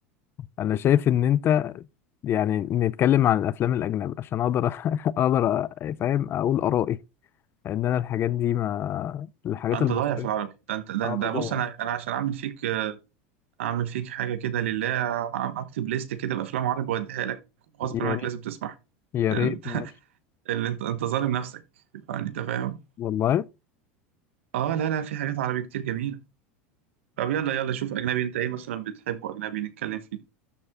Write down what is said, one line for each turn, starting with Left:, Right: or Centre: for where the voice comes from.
Left: انا شايف ان انت يعني نتكلم عن الافلام الاجنبي عشان اقدر <laughs> اقدر أ- فاهم اقول ارائي لان انا الحاجات دي ما الحاجات
Right: انت
Left: المصريه
Right: ضايع في العربي ده انت ده,
Left: اه والله
Right: ده بص انا انا عشان اعمل فيك اعمل فيك حاجه كده لله أعم- اكتب ليست كده بافلام عربي واديها لك غصب
Left: يا
Right: عنك
Left: ريت
Right: لازم تسمعها
Left: يا
Right: لأن
Left: ريت
Right: انت <laughs>
Left: ماشي
Right: اللي انت انت ظالم نفسك يعني انت فاهم
Left: والله
Right: اه لا لا في حاجات عربي كتير جميله طب يلا يلا شوف اجنبي انت ايه مثلا بتحبه اجنبي نتكلم فيه